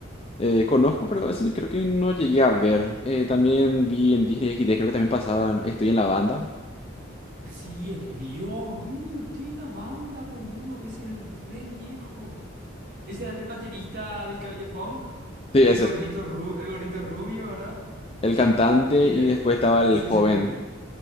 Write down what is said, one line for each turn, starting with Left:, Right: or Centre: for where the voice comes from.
Left: Eh, conozco, pero ese creo que no llegué a ver. Eh, también vi en Disney XD, creo que también pasaban Estoy en la banda.
Right: Sí, este, Dios mío, estoy en la banda, boludo. Ese es re viejo. Ese era el baterista de cabello punk.
Left: Sí,
Right: El
Left: ese.
Right: gordito, ru- el gordito rubio, ¿verdad?
Left: El cantante
Right: Y,
Left: y
Right: eh,
Left: después estaba el
Right: sí,
Left: joven.
Right: sí, el cantante.